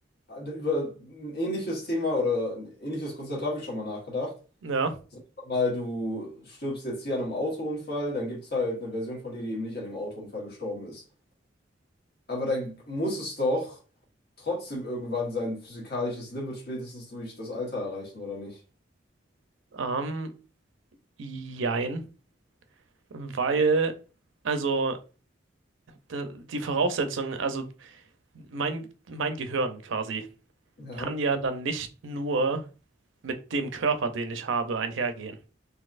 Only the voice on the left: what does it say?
über ein ähnliches Thema oder ein ähnliches Konzept habe ich schon mal nachgedacht.
Sag mal, du stirbst jetzt hier an einem Autounfall, dann gibt es halt eine Version von dir, die eben nicht an dem Autounfall gestorben ist. Aber dann muss es doch trotzdem irgendwann sein physikalisches Limit spätestens durch das Alter erreichen, oder nicht?
Ja,